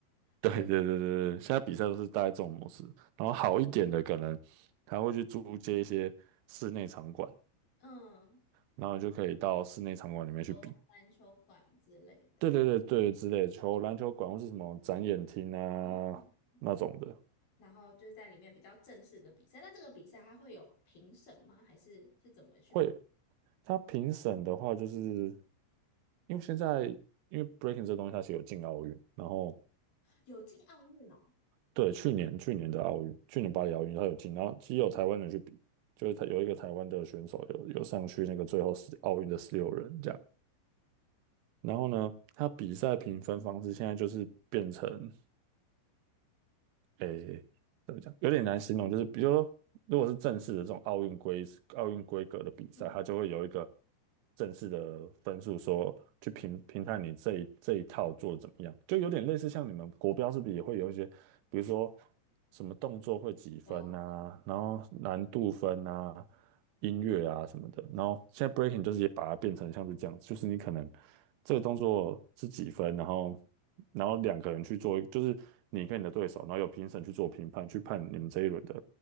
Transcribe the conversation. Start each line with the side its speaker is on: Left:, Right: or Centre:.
Right: 对对对对对，
Left: 原
Right: 现在比赛都是大概这种模式，然后好一点的可能他会去租借一些室内场馆，
Left: 嗯，
Right: 然后你就可以到室内场馆里面去比。
Left: 球篮球馆之类的。
Right: 对对对对，之类的球篮球馆或是什么展演厅啊那种的，
Left: 嗯。然后就是在里面比较正式的比赛。那这个比赛它会有评审吗？还是是怎么去？
Right: 会他评审的话，就是因为现在因为 breaking 这东西它其实有进奥运，然后
Left: 有进奥运哦，
Right: 对去年去年的奥运，去年巴黎奥运它有进，然后其实有台湾人去比，就是他有一个台湾的选手有有上去那个最后十奥运的十六人这样，然后呢，他比赛评分方式现在就是变成。诶，怎么讲，有点难形容，就是比如说，如果是正式的这种奥运规奥运规格的比赛，
Left: 嗯，
Right: 它就会有一个正式的分数说，去评评判你这一这一套做的怎么样，就有点类似像你们国标是不是也会有一些，比如说什么动作会几分啊，
Left: 有，
Right: 然后难度分啊，音乐啊什么的。然后现在
Left: 嗯
Right: breaking 就是也把它变成像是这样，就是你可能这个动作是几分，然后然后两个人去做，就是你跟你的对手，然后有评审去做评判，去判你们这一轮的，